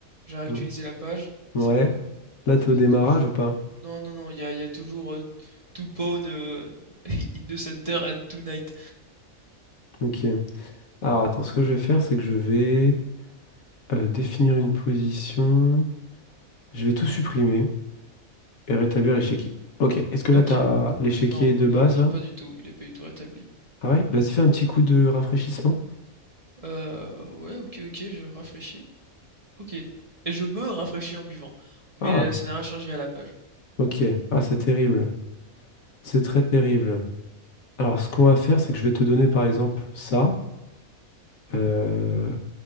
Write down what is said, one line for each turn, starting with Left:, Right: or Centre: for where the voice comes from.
Right: J'ai réactualisé
Left: Hmm.
Right: la page.
Left: Ouais.
Right: C'est
Left: Là, t'es au
Right: c'est
Left: démarrage
Right: toujours...
Left: ou pas?
Right: Non, non, non, il y a, il y a toujours euh, to pawn euh, <laughs> in the center and tonight.
Left: Ok. Alors, attends, ce que je vais faire, c'est que je vais euh, définir une position. Je vais tout supprimer. Et rétablir l'échiquier. Ok. Est-ce que là,
Right: Ok.
Left: t'as l'échiquier
Right: Non,
Left: de
Right: non, non,
Left: base,
Right: non, non,
Left: là?
Right: pas du tout. Il est pas du tout rétabli.
Left: Ah ouais? Vas-y, fais un petit coup de rafraîchissement.
Right: Euh, ouais, ok, ok, je rafraîchis. Ok. Et je me rafraîchis en buvant. Mais
Left: Ah,
Right: ça n'a rien changé à la page.
Left: ok. Ah, c'est terrible. C'est très terrible. Alors, ce qu'on va faire, c'est que je vais te donner, par exemple, ça. Euh,